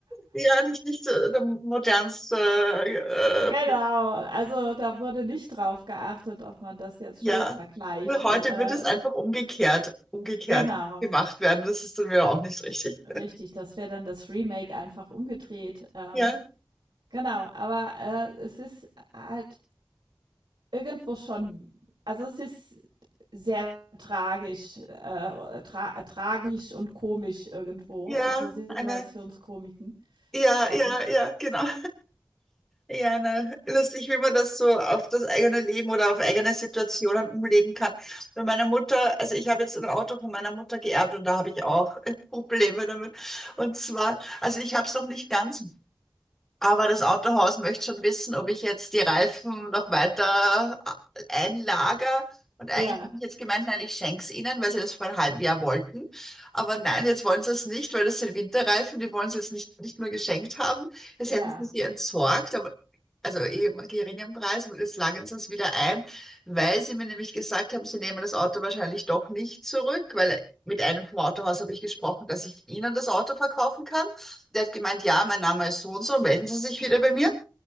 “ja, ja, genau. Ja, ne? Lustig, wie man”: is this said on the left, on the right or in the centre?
Centre